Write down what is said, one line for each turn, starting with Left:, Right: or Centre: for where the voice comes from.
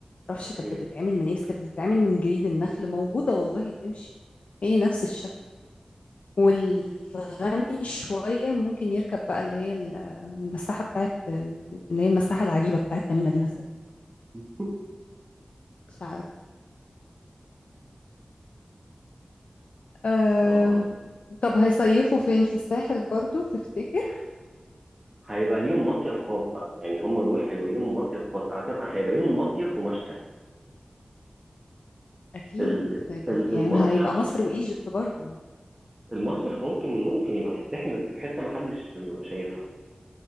Left: معرفش
Right: اوكي
Left: كانت بتتعمل من ايه بس كانت بتتعمل من جريد النخل موجودة والله تمشي هي نفس الشكل والغني شوية ممكن يركب بقى اللي هي ال- المساحة بتاعت اللي هي المساحة العجيبة بتاعت تميمة دي مثلا
Right: <laughs>
Left: مش عارف أه
Right: اه
Left: طب هيصيفوا فين في الساحل برضو تفتكر
Right: هيبقى ليهم مصيف خاص بقى يعني هم دول هيبقوا ليهم مصيف خاص اعتقد هيبقى ليهم مصيف ومشتى
Left: أكيد
Right: ال...
Left: هيبقى
Right: ال...
Left: في يعني
Right: المصيف
Left: هيبقى مصر وإيجيبت برضه
Right: المصيف ممكن ممكن يبقى في الساحل بس في حتة ما حدش شايفها